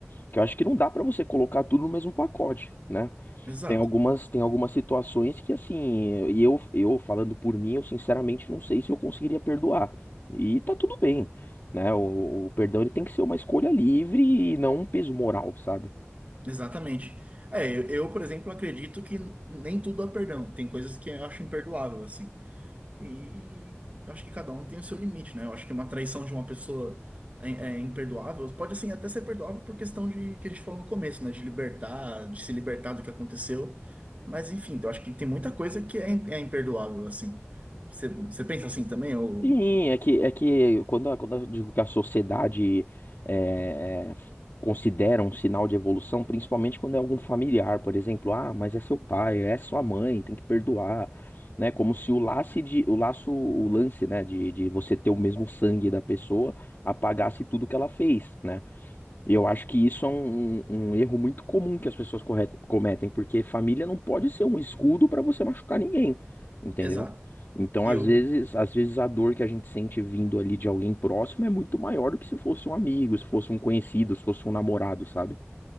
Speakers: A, on the left (about 50°); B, on the right (about 30°).
A: Que eu acho que não dá pra você colocar tudo no mesmo pacote, né?
B: exato.
A: Tem algumas, tem algumas situações que assim, e eu, eu falando por mim, eu sinceramente não sei se eu conseguiria perdoar. E tá tudo bem, né? O, o perdão ele tem que ser uma escolha livre e não um peso moral, sabe?
B: Exatamente. É, eu, eu, por exemplo, acredito que nem tudo há perdão. Tem coisas que eu acho imperdoável, assim. E eu acho que cada um tem o seu limite, né? Eu acho que uma traição de uma pessoa é, é imperdoável. Pode, assim, até ser perdoável por questão de que a gente falou no começo, né? De libertar, de se libertar do que aconteceu. Mas, enfim, eu acho que tem muita coisa que é, im- é imperdoável, assim. Você você pensa assim também? Ou...
A: Sim, é que, é que quando, a- quando eu digo que a sociedade é, f- considera um sinal de evolução, principalmente quando é algum familiar, por exemplo, ah, mas é seu pai, é sua mãe, tem que perdoar, né? Como se o laço de, o laço, o lance, né, de, de você ter o mesmo sangue da pessoa apagasse tudo que ela fez, né? E eu acho que isso é um, um- um erro muito comum que as pessoas correte- cometem, porque família não pode ser um escudo para você machucar ninguém, entendeu?
B: Exato.
A: Então,
B: E
A: às
B: eu,
A: vezes, às vezes a dor que a gente sente vindo ali de alguém próximo é muito maior do que se fosse um amigo, se fosse um conhecido, se fosse um namorado, sabe?